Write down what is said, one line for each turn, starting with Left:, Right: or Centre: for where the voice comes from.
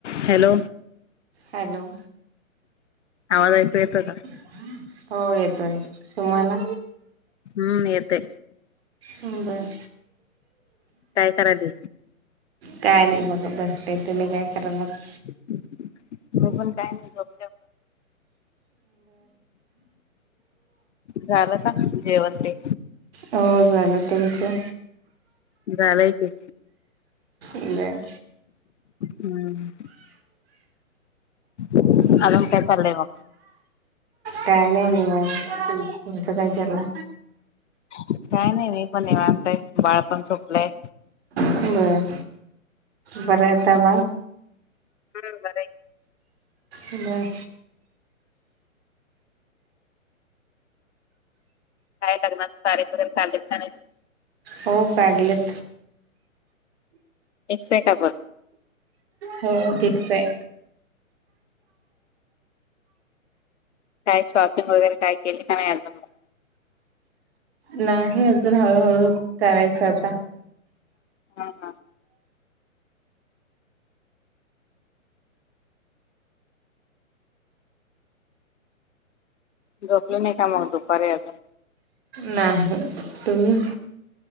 Left: हॅलो
Right: हॅलो,
Left: आवाज ऐकू येतो का?
Right: होय, येतोय. तुम्हाला?
Left: हम्म येते
Right: हम्म, बराय.
Left: काय करायली
Right: काय नाही बघ बसले. तुम्ही काय करायलात?
Left: तो पण काय नाही बग. झालं का. जेवण ते?
Right: हो झालं. तुमचं?
Left: झालंय की.
Right: बर.
Left: हम्म. अलूनून काय चाल आहे मग.
Right: टय नाही मच कायला.
Left: काय नाही मी पण नि, निवांत बाळ पण झोपलाय.
Right: बरं बरंता ब
Left: बरो बर.
Right: म.
Left: काय लाग्नात, तारीख वगैरे काढले नाही.
Right: हो, काढलेत.
Left: एक सेकाब.
Right: हो ठीिकस आहे.
Left: काय शॉपिंग वगैरे काय केली का, नाय अजून मग
Right: नाही अजून हळूहळू करायचं आता.
Left: हां हां.. झोपले नाही का मग दुपारी अजून.
Right: नाही तुम्ही,